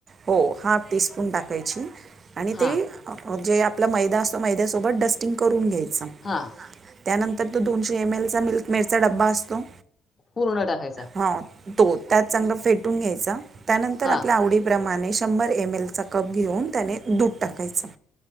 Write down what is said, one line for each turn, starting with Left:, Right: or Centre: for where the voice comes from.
Right: हो हाफ टी स्पून टाकायची आणि
Left: हां,
Right: ते जे आपला मैदा असतो मैद्यासोबत डस्टिंग करून घ्यायच
Left: हा
Right: त्यानंतर ते दोनशे एम एलचा मिल्कमेडचा डब्बा असतो
Left: पूर्ण टाकायचा.
Right: हा तो त्यात चांगल फेटून घ्यायचा त्यानंतर
Left: हां,
Right: आपल्या आवडी प्रमाणे शंभर एम एल चा कप घेऊन त्याने दूध टाकायचं